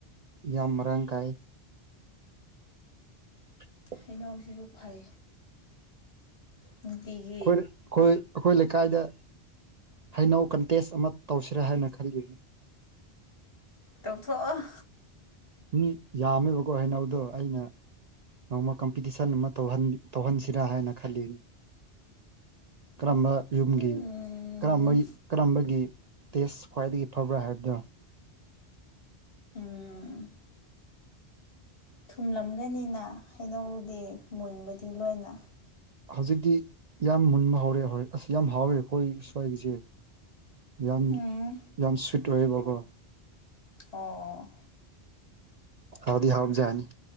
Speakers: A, on the right; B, on the left.
A: ꯌꯥꯝ ꯃꯔꯥꯡ ꯀꯥꯏ <unintelligible>
B: ꯍꯩꯅꯧꯁꯤꯁꯨ ꯐꯩ ꯅꯨꯡꯇꯤꯒꯤ
A: ꯑꯩꯈꯣꯏ ꯑꯩꯈꯣꯏ ꯑꯩꯈꯣꯏ ꯂꯩꯀꯥꯏꯗ ꯍꯩꯅꯧ ꯀꯟꯇꯦꯁ ꯑꯃ ꯇꯧꯁꯤꯔꯦ ꯍꯥꯏꯅ ꯈꯜꯂꯤ
B: ꯇꯧꯊꯣꯛꯑꯣ
A: ꯃꯤ ꯌꯥꯝꯃꯦꯕꯀꯣ ꯍꯥꯏꯩꯅꯧꯗꯣ ꯑꯩꯅ ꯅꯣꯡꯃ ꯀꯝꯄꯤꯇꯤꯁꯟ ꯑꯃ ꯇꯧꯍꯟ ꯇꯧꯍꯟꯁꯤꯔꯥ ꯍꯥꯏꯅ ꯈꯜꯂꯤꯅꯤ ꯀꯔꯝꯕ ꯌꯨꯝꯒꯤ
B: ꯎꯝ
A: ꯀꯔꯝꯕꯒꯤ ꯀꯔꯝꯕꯒꯤ ꯇꯦꯁ ꯈ꯭ꯋꯥꯏꯗꯒꯤ ꯐꯕ꯭ꯔꯥ ꯍꯥꯏꯕꯗꯣ
B: ꯎꯝ ꯊꯨꯝꯂꯝꯒꯅꯤꯅ ꯍꯩꯅꯧꯗꯤ ꯃꯨꯟꯕꯗꯤ ꯂꯣꯏꯅ
A: ꯍꯧꯖꯤꯛꯇꯤ ꯌꯥꯝ ꯃꯨꯟꯕ ꯍꯧꯔꯦ ꯍꯦꯏ ꯑꯁ ꯌꯥꯝ ꯍꯥꯎꯋꯦ ꯑꯩꯈꯣꯏ ꯁ꯭ꯋꯥꯏꯒꯤꯁꯦ ꯌꯥꯝ
B: ꯎꯝ
A: ꯌꯥꯝ ꯁ꯭ꯋꯤꯠ ꯑꯣꯏꯌꯦꯕꯀꯣ
B: ꯑꯣ
A: ꯍꯥꯎꯗꯤ ꯍꯥꯎꯖꯥꯠꯅꯤ